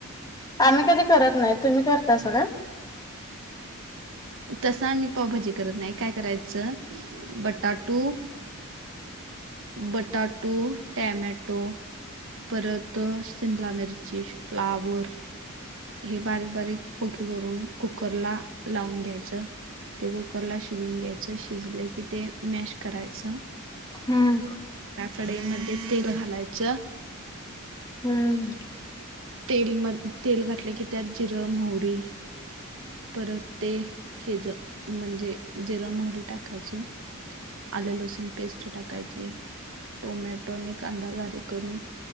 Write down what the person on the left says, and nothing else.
आम्ही कधी करत नाही तुम्ही करता सा का
हम्म
हम्म